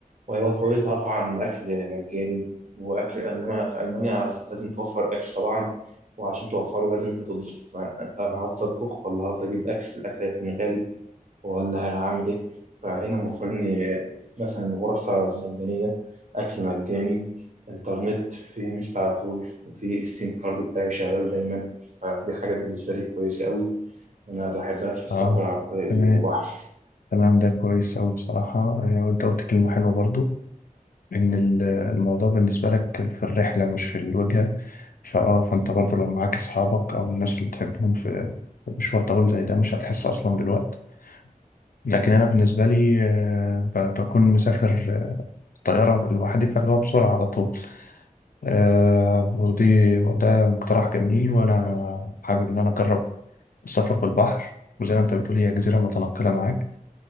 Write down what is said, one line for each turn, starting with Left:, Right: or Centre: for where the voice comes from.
Right: وهيوفروا لي طبعا اكل مجاني واكل انما في المانيا لازم توفر اكل طبعا وعشان توفره لازم انت تطبخ فانت هفضل اطبخ ولا هفضل اجيب اكل الاكل هيكون غالي ولا هعمل إيه فهنا المفروض إن مثلا غرفة مجانية أكل مجاني إنترنت في مش على طول وفي السيم كارد بتاعي شغال دايما فدي حاجات بالنسبة لي كويسة أوي وأنا بحبها في السفر
Left: اه
Right: عن طريق
Left: تمام
Right: البحر.
Left: تمام ده كويس أوي بصراحة آه، وأنت قلت كلمة حلوة برضو ان ال- الموضوع بالنسبة لك في الرحلة مش في الوجهة فاه فانت برضه لو معاك اصحابك او الناس اللي بتحبهم في في مشوار طويل زي ده مش هتحس اصلا بالوقت لكن انا بالنسبة لي آه، ب- بكون مسافر آه، طيارة لوحدي فاللي هو بسرعة على طول آه، ودي وده مقترح جميل وانا حابب ان انا اجرب السفر بالبحر وزي ما انت بتقول هي جزيرة متنقلة معاك